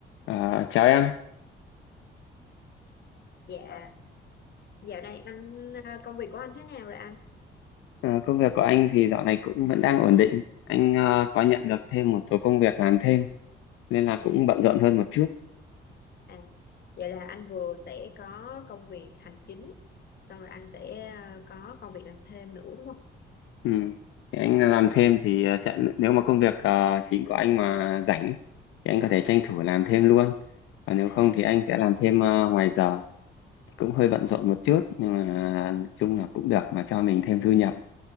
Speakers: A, on the left (about 90°); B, on the left (about 55°).
A: À, chào em,
B: Dạ, dạo này anh à, công việc của anh thế nào rồi anh?
A: à, công việc của anh thì dạo này cũng vẫn đang ổn định. Anh ờ, có nhận được thêm một số công việc làm thêm nên là
B: À,
A: cũng bận rộn hơn một chút.
B: à, vậy là anh vừa sẽ có công việc hành chính, xong rồi anh sẽ à, có công việc làm thêm nữa đúng không?
A: Ừ. Thì anh làm thêm thì ờ, chả- nếu mà công việc ờ, chính của anh mà rảnh ấy, thì anh có thể tranh thủ làm thêm luôn. Còn nếu
B: À,
A: không thì anh sẽ làm thêm ờ, ngoài giờ. Thì cũng hơi
B: ờ.
A: bận rộn một chút nhưng mà ờ, nói chung là cũng được mà cho mình thêm thu nhập.